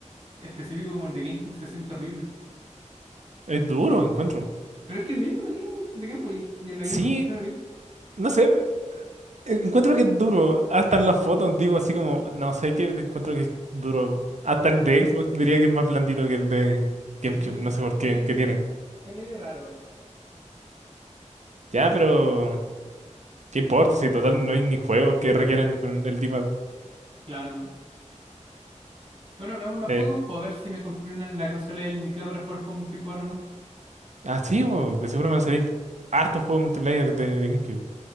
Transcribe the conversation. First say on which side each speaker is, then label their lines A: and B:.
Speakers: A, on the right (about 50°); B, on the right (about 65°).
A: específico como el de GameCube se siente horrible.
B: Es duro, encuentro.
A: Pero es que el mismo de Game, de Game Boy y en la
B: Sí,
A: Game Boy funciona bien.
B: no sé, encuentro que es duro. Hasta en las fotos digo así como, no sé qué, encuentro que es duro. Hasta el de Xbox diría que es más blandito que el de
A: Sí,
B: GameCube, no sé por qué,
A: eh,
B: que tiene.
A: es medio raro.
B: Ya, pero ¿qué importa? Si total no hay ni juegos que requieran con el D-pad.
A: Claro. Bueno, veamos los
B: Eh,
A: juegos, para ver si me compré una, la consola indicada para jugar juegos multijugador o no.
B: Ah, sí, bo, de seguro van a salir hartos juegos multiplayer de, de GameCube.